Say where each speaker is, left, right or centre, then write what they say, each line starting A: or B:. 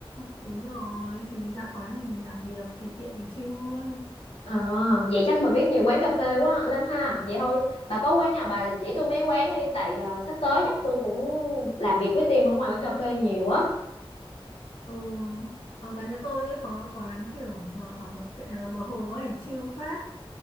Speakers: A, on the left; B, on the left.
A: đúng rồi thì mình ra quán mình làm việc thì tiện mình chill luôn.
B: Ờ, vậy chắc bà biết nhiều quán cà phê quá lắm ha. Vậy thôi, bà có quán nào bà chỉ tôi mấy quán đi tại ờ, sắp tới chắc tôi cũng làm việc với team ở ngoài quán cà phê nhiều á.
A: Ừ, ở gần nhà tôi ấy có quán kiểu ở, ở cái- ờ, bờ hồ ấy chill phết